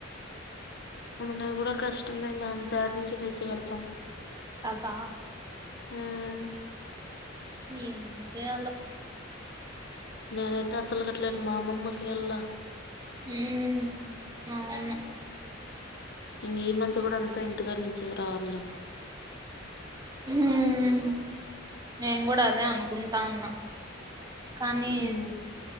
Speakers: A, on the left; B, on the right.
A: అయినా కూడా కష్టమే అంత తీసి ఎట్ల కడతాం
B: కదా
A: ఉమ్మ్
B: ఏం చెయ్యాలో
A: నేనైతే అసలు కట్టలేను మా అమ్మమ్మకి కేళ్ళ
B: ఉమ్ అవును
A: ఇంగ ఏ మంత్ కూడా ఉ ఇంటికడ నుంచి రావాల లె
B: ఉమ్ నేను కూడ అదే అనుకుంటాన్న కానీ
A: ఉమ్,